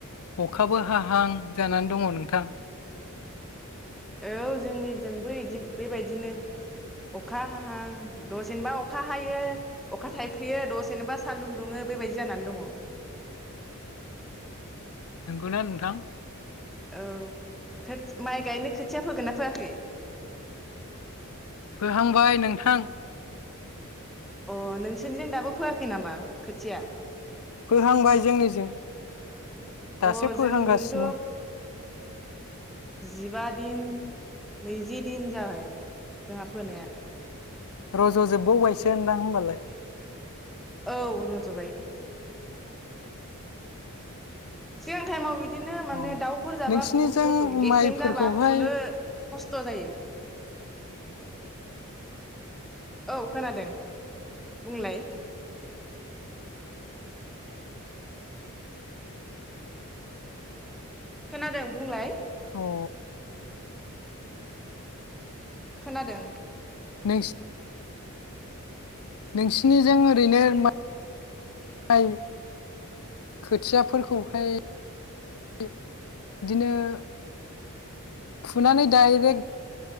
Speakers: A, on the left; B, in the centre.
A: अखाबो हाहां जानानै दङ नोंथां।
B: औ जोंनिजोंबो यिदि बेबायदिनो अखा हाहां दसेनोबा अखा हायो अखा थाइफ्रियो दसेनोबा सानदुं दुङो बेबायदि जानानै दङ।
A: नोंगौना नोंथां।
B: औ खोथ माइ गायनो खोथिया फोगोन ना फोयाखै।
A: फोहांबाय नोंथां।
B: अ नोंसोरनिजों दाबो फैवाखै नामा खोथिया
A: फोहांबाय जोंनिजों दासो
B: अ
A: फोहांगासिनो
B: जोंनिजोंथ' जिबा <unintelligible> दिन नैजिदिन जाबाय। जोंहा फोनाया।
A: ज' जोबबावबायसो होनदां होमबालाय।
B: औ रज'बाय। सिगां टाइमाव बिदि बिदिनो माने
A: अ
B: दाउफोर जाबा
A: नोंसिनिजों
B: बुहुत खस्थ' गेसें
A: माइफोरखौहाय
B: जाबा फुनो
A: अ
B: खस्थ' जायो। औ खोनादों बुंलाय खोनादों बुंलाय।
A: अ।
B: खोनादों।
A: नों <unintelligible> नोंसिनिजों ओरैनो माइ खोथियाफोरखौहाय बिदिनो ‌ फुनानै डाइरेक्ट